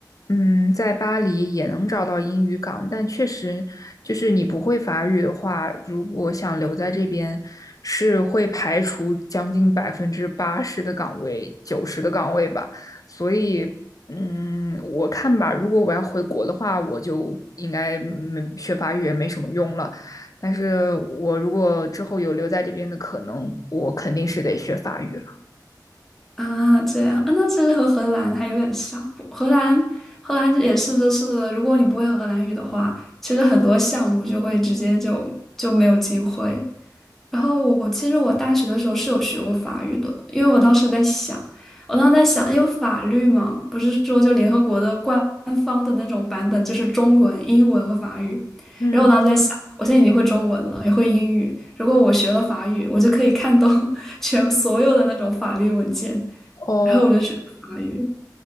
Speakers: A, on the left; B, in the centre.
A: 嗯，在巴黎也能找到英语岗，但确实就是你不会法语的话，如果想留在这边，是会排除将近百分之八十的岗位，九十的岗位吧。所以，嗯，我看吧，如果我要回国的话，我就应该没学法语也没什么用了。但是我如果之后有留在这边的可能，我肯定是得学法语了。
B: 啊，这样啊，那其实和荷兰还有点像。不荷兰，荷兰也是，就是如果你不会荷兰语的话，其实很多项目就会直接就就没有机会。然后我其实我大学的时候是有学过法语的，因为我当时在想，我当时在想，因为法律嘛，不是说就联合国的官方的那种版本就是中文、英文和法语。
A: 嗯，
B: 然后我当时在想，我现在已经会中文了，也会英语，如果我学了法语，我就可以看懂 <laughs> 全所有的那种法律文件。
A: 哦，
B: 然后我就学了法语。